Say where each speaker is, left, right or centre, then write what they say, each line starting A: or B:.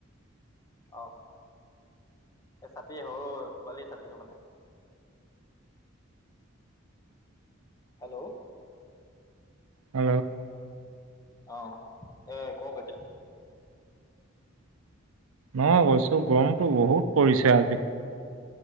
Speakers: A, on the left (about 15°); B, on the right (about 85°).
A: আহ এ ছাতি সৰু পোৱালি ছাতিটো মানে হেল্ল'
B: উ
A: আহ এ কক এতিয়া,
B: নহ কৈছো গৰমতটো বহুত পৰিছে আজি।